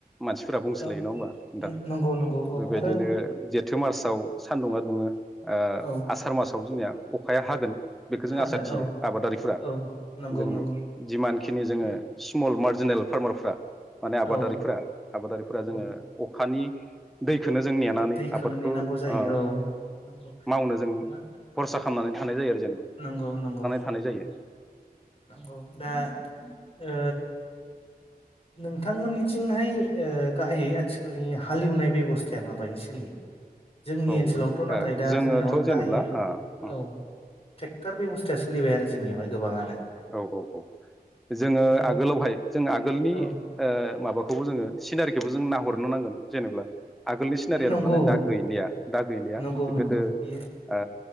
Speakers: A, in the centre; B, on the left.
A: मानसिफोरा बुंसोलायो
B: औ
A: नङा होमबा नोंथां
B: नंगौ नंगौ औ
A: बेबायदिनो
B: आरो
A: जेथो मासाव सान्दुङा दुङो ओ
B: औ
A: आसार मासाव जोंनिया अखाया हागोन। बेखौ जों
B: हागोन
A: आसा थियो
B: औ
A: आबादारिफोरा
B: औ नंगौ
A: जों
B: नंगौ
A: जिमानखिनि जोङो
B: बे
A: स्मल मार्ज। जेनेल फार्मारफ्रा। माने
B: औ
A: आबादारिफोरा आबादारिफोरा
B: औ
A: जोङो अखानि दै खौनो जों नेनानै
B: दैखौनो
A: आबादखौ
B: नेनांगौ जायो
A: ओ
B: औ नंगौ
A: मावनो जों
B: मा
A: खरसा खालामनानै थानाय जायो आरो
B: नंगौ नंगौ
A: थानाय जायो
B: औ नंगौ दा ओ नोंथांमोन निथिंहाय ओ गाहायै आथिखालनि हालेवनाय बेबस्थाया माबायदि सोलियो। जोंनि
A: औ
B: ओनसोलावथ' नाथाय दा
A: जोङोथ'
B: जोंनियावहाय गाहायै
A: जेनेब्ला <unintelligible>
B: औ ट्रेक्टर बेब'स्थाया सोलिबाय आरो जोंनियावहाय गोबाङानो।
A: औ औ औ जोङो
B: दायो
A: आगोलावहाय जों आगोलनि
B: औ
A: ओ माबा खौबो जोङो सिनारिखौबो जों नाहरनो नांगोन जेनेब्ला आगोलनि सिनारियानो
B: बे नंगौ
A: माने दा गैलिया दा गैलिया
B: नंगौ नंगौ
A: गोदो
B: बियो
A: ओ